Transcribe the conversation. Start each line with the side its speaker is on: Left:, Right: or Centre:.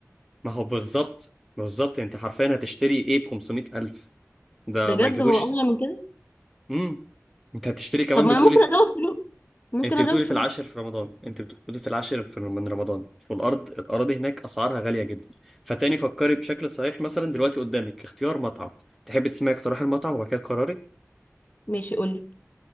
Centre: ما هو بالظبط بالظبط انت حرفيا هتشتري ايه ب 500 ألف ده
Left: بجد
Centre: ما يجيبوش
Left: هو أغلى من كده
Centre: امم انت هتشتري كمان
Left: طب ما
Centre: بتقولي
Left: أنا ممكن أزود فلوس ممكن
Centre: انت
Left: أزود
Centre: بتقولي
Left: فلوس
Centre: في العاشر في رمضان انت بتقولي في العاشر في من رمضان والارض الاراضي هناك اسعارها غاليه جدا فتاني فكري بشكل صحيح مثلا دلوقتي قدامك اختيار مطعم تحبي تسمعي اقتراح المطعم وبعد كده قراري
Left: ماشي قولي